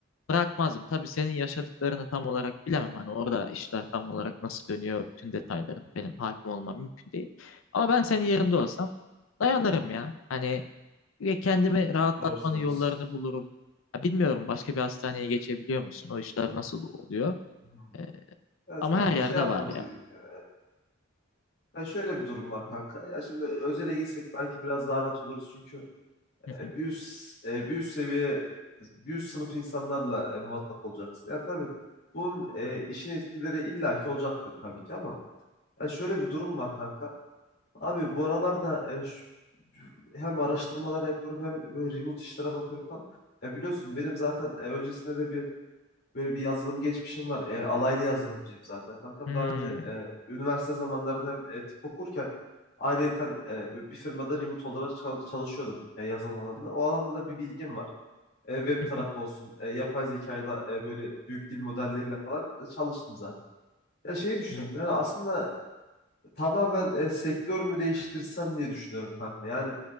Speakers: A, on the left (about 80°); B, on the left (about 50°).
A: bırakmazdım. Tabii senin yaşadıklarını tam olarak bilemem. Hani orada işler tam olarak nasıl dönüyor bütün detayları benim hakim olmam mümkün değil. Ama ben senin yerinde olsam dayanırım ya. Hani ve kendimi rahatlatmanın
B: Doğru söylüyorsun.
A: yollarını bulurum. Ya bilmiyorum başka bir hastaneye geçebiliyor musun? O işler nasıl oluyor?
B: Hmm.
A: Ee,
B: Evet
A: ama
B: kankam
A: her yerde
B: şey yapmamız
A: var ya.
B: gerekiyor. Ee, ya şöyle bir durum var kanka. Ya şimdi özele geçsek belki biraz daha rahat oluruz çünkü
A: <laughs>
B: e, bir üst, e, bir üst seviye bir üst sınıf insanlarla e, muhatap olacaksın. Ya tabii bunun e, işin etkileri illaki olacaktır tabii ki ama ya şöyle bir durum var kanka. Abi bu aralarda e, şu- hem araştırmalar yapıyorum hem böyle remote işlere bakıyorum falan. E, biliyorsun benim zaten e, öncesinde de bir Böyle bir yazılım geçmişim var. E, alaylı yazılımcıyım zaten kankam.
A: Hmm.
B: Daha önce e, üniversite zamanlarında hem e, tıp okurken ayrıyeten e, bir firmada remote olarak çal- çalışıyordum e, yazılım alanında. O alanda da bir bilgim var. E, web
A: <laughs>
B: tarafı olsun, e, yapay zekayla e, böyle büyük dil modelleriyle falan e, çalıştım zaten. Ya şeyi düşünüyorum.
A: Hmm.
B: Yani aslında tamamen e, sektör mü değiştirsem diye düşünüyorum kanka. Yani